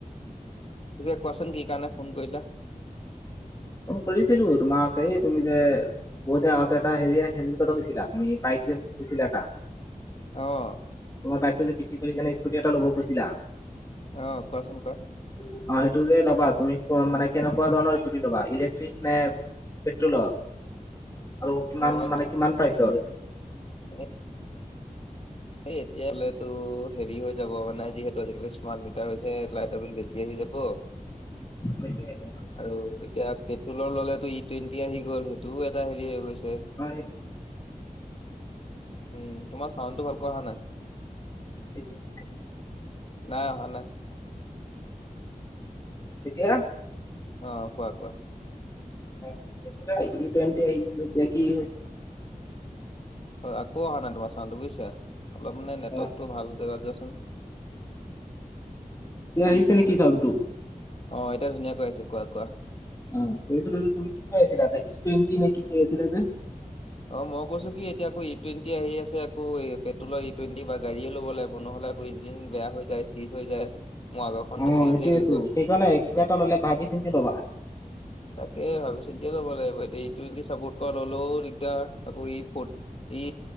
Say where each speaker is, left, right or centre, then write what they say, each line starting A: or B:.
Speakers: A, on the left; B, on the left.
A: পিছে কোৱাচোন কি কাৰণে ফোন কৰিলা?
B: ফোন কৰিছিলো তোমাক। এই তুমি যে- পোৱাতে আহোতে এটা হেৰি এ হেৰিয়ৰ কথা কৈছিলা বাইক যে কৈছিলা এটা
A: অ অ অ
B: তোমাৰ বাইক খন যে বিক্ৰী কৰি কিনে স্কুটি এটা ল'ব কৈছিলা।
A: অ অ কোৱাচোন কোৱা?
B: পি পিপ অ সেইটো যে ল'বা তুমি কম মানে কেনেকুৱা ধৰণৰ স্কুটি- ল'বা। ইলেক্ট্ৰিক নে' পেট্ৰলৰ আৰু কিমান
A: মই
B: মানে কিমান প্ৰাইচৰ?
A: এ এই এতিয়ালেতো হেৰি হৈ যাব মানে যিহেতু আজিকালি স্মাৰ্ট মিটাৰ হৈছে লাইটৰ বিল বেছি আহি যাব।
B: বেছি আহিব।
A: আৰু এতিয়া পেট্ৰলৰ ললেটো ই-টুৱেণ্টি আহি গ'ল সেইটোও এটা হেৰি হৈ গৈছে।
B: হয়।
A: উম। তোমাৰ চাউন্ডটো ভালকৈ অহা নাই।
B: এতিয়া আহিছে
A: নাই অহা নাই।
B: এতিয়া
A: অ অ কোৱা কোৱা?
B: অ কি হৈছিলে ই-টুৱেণ্টি আহি গ'ল এতিয়া কি হ'ব?
A: অ আকৌ অহা নাই তোমাৰ চাউন্ডটো বুজিছা। অলপ মানে নেটৱৰ্কটোও
B: অ
A: ভাল জেগাত যোৱাচোন।
B: এতিয়া আহিছে নেকি চাউন্ডটো?
A: অ এতিয়া ধুনীয়াকৈ আহিছে। কোৱা কোৱা
B: উম উম কৈছিলো যে তুমি কি কৈ আছিলা যে ই-টুৱেণ্টি নে কি কৈ আছিলা যে-
A: অ মই কৈছো কি এতিয়া আকৌ ই-টুৱেণ্টি আহি আছে। আকৌ পেট্ৰলৰ ই-টুৱেণ্টি বা গাড়ীয়ে ল'ব লাগিব। নহ'লে আকৌ ইঞ্জিন বেয়া হৈ যায়, শিষ্ট হৈ যায়। মোৰ আগৰখনতো
B: অ
A: চিজে
B: এইটোৱেতো।
A: হৈ গ'ল
B: সেইকাৰণে কিবা
A: ই
B: এটা ল'লে ভাবি-চিন্তি লবা।
A: তাকে ভাবি-চিন্তিয়ে ল'ব লাগিব। এতিয়া ই-টুৱেণ্টি এ চাপৰ্ট কৰা ললো ৰি ইয়াৰ আকৌ ই-ফৰ্ড ই